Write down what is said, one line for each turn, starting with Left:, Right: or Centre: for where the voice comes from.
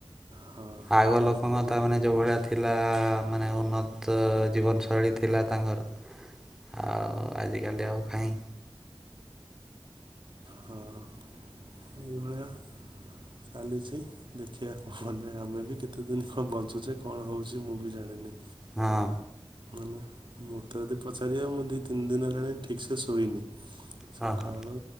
Right: ହଁ
Centre: ଆଗ
Right: ତ
Centre: ଲୋକଙ୍କ ତ ମାନେ ଯୋଉ ଭଳିଆ ଥିଲା ମାନେ ଉନ୍ନତ ଜୀବନ ଶୈଳୀ ଥିଲା ତାଙ୍କର ଆଉ ଆଜିକାଲି ଆଉ କାହିଁ।
Right: ହଁ। ଏଇଭଳିଆ ଚାଲିଛି ଦେଖିବାକୁ ମନେ ଆମେ ବି କେତେ ଦିନ କଣ ବଞ୍ଚୁଛେ କଣ ହଉଛି ମୁଁ ବି ଜାଣିନି।
Centre: ହଁ।
Right: ମାନେ ମୋତେ ଯଦି ପଚାରିବା ମୁଁ ଦୁଇ ତିନି ଦିନ ହେଲାଣି ଠିକ୍ ସେେ ଶୋଇନି। ସକାଳୁ।
Centre: ହଁ ହଁ